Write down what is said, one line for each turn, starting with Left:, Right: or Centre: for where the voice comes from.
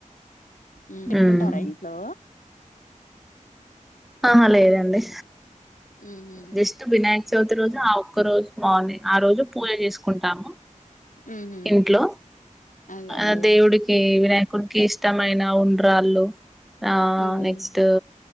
Left: ఉ పెట్టుకుంటారా
Centre: ఉమ్
Left: ఇంట్లో
Centre: ఆహా లేదండి
Left: హుహు.
Centre: జస్ట్ వినయాక్ చవితి రోజు ఆ ఒక్క రోజు మార్నింగ్ ఆ రోజు పూజ చేసుకుంటాము
Left: హుహు.
Centre: ఇంట్లో
Left: అదే
Centre: ఆ
Left: అండి.
Centre: దేవుడికి వినాయాక్ కునికి ఇష్టమైన ఉండ్రాళ్ళు ఆ
Left: హ్మ్.
Centre: నెక్స్ట్